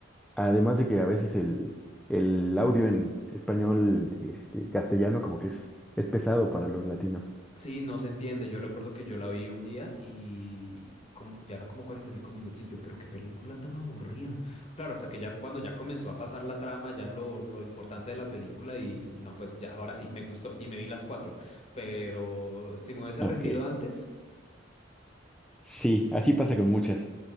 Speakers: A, in the centre; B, on the left.
A: además de que a veces el, el audio en español, este, castellano, como que es, es pesado para los latinos.
B: Sí, no se entiende. Yo recuerdo que yo la vi un día y como, ya eran como 45 minutos y yo, pero qué película tan aburrida. Claro, hasta que ya cuando ya comenzó a pasar la trama, ya lo, lo importante de la película y no, pues ya ahora sí, me gustó y me vi las cuatro. Pero si me hubiese
A: Ok,
B: rendido antes,
A: sí, así pasa con muchas.